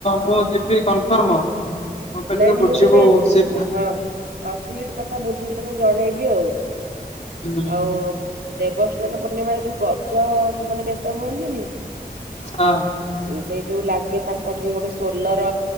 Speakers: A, on the left; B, on the right.
A: ମୁଁ ଯିବି କନଫର୍ମ ମତେ
B: ନାଇଁ
A: ଟିକେ
B: ମୁଁ
A: ବୁଝିବୁ
B: ତତେ
A: ସେ
B: ହଁ ଆଉ ସିଟ୍ କଥା ବୁଝିକି ତତେ ଜଣେଇବି ଆଉ
A: ହୁଁ,
B: ଆଉ। ଦେବସ୍ନାନ ପୂର୍ଣ୍ଣିମାରେ ଯୋଉ ଗଜ ମାନେ ବେଶ ହୁଅନ୍ତିନି?
A: ହଁ।
B: ଏ ସେଇ ଯୋଉ ଲାଗେ ତାଙ୍କଠେ ଗୋଟେ ସୋଲର